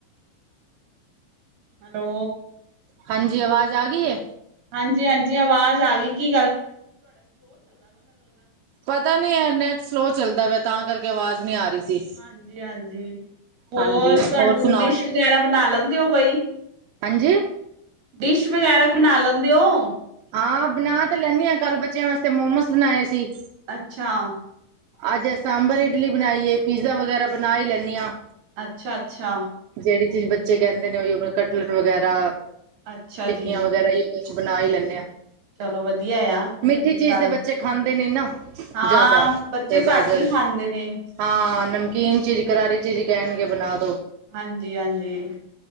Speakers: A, on the right; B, on the right.
A: ਹੈਲੋ
B: ਹਾਂਜੀ, ਆਵਾਜ਼ ਆ ਗਈ ਹੈ?
A: ਹਾਂਜੀ--ਹਾਂਜੀ ਆਵਾਜ਼ ਆ ਗਈ
B: ਪਤਾ ਨਹੀ ਐ ਨੈਟ ਸਲੋ, ਚੱਲਦਾ ਪਿਆ ਤਾਂ ਕਰਕੇ ਆਵਾਜ਼ ਨਹੀਂ ਆ ਰਹੀ। ਸੀ
A: ਹਾਂਜੀ ਹਾਂਜੀ ਹੋਰ
B: ਹਾਂਜੀ
A: ਤੁਹਾਨੂੰ
B: ਸੁਣਾਓ
A: ਡਿਸ਼, ਵਗੈਰਾ ਬਣਾ ਲੈਂਦੇ ਹੋ ਕੋਈ?
B: ਹਾਂਜੀ?
A: ਡਿਸ਼,,, ਵਗੈਰਾ ਬਣਾ ਲੈਂਦੇ ਹੋ।
B: ਹਾਂ, ਬਣਾ ਤਾਂ ਲੈਂਦੀ ਹਾਂ, ਕੱਲ ਬੱਚਿਆਂ ਵਾਸਤੇ ਮੋਮੋਸ, ਬਣਾਏ ਸੀ।
A: ਅੱਛਾ?
B: ਅੱਜ, ਸਾਂਬਰ, ਇਡਲੀ, ਬਣਾਈ ਏ ਪੀਜ਼ਾ, ਵਗੈਰਾ ਬਣਾ ਹੀ ਲੈਂਨੀ ਆ।
A: ਅੱਛਾ ਅੱਛਾ
B: ਜਿਹੜੀ ਚੀਜ਼, ਬੱਚੇ ਕਹਿੰਦੇ ਨੇ, ਉਹੀ ਕਟਲਟ, ਵਗੈਰਾ
A: ਅੱਛਾ
B: ਟਿੱਕੀਆਂ
A: ਜੀ।
B: ਵਗੈਰਾ ਹੀ ਕੁਛ, ਬਣਾ ਹੀ ਲੈਂਨੇ ਹਾਂ।
A: ਚਲੋ ਵਧੀਆ ਆ,
B: ਮਿੱਠੀ
A: ਚੰਗੀ
B: ਚੀਜ਼
A: ਗੱਲ,
B: ਦੇ ਬੱਚੇ ਖਾਂਦੇ ਨੀ ਨਾ
A: ਹਾਂ
B: ਜ਼ਿਆਦਾ
A: ਬੱਚੇ
B: ਤੇ ਬਸ
A: ਘੱਟ ਹੀ ਖਾਂਦੇ ਨੇ
B: ਹਾਂ ਨਮਕੀਨ ਚੀਜ਼, ਕਰਾਰੀ ਚੀਜ਼, ਕਹਿਣਗੇ ਬਣਾ ਦੋ।
A: ਹਾਂਜੀ ਹਾਂਜੀ।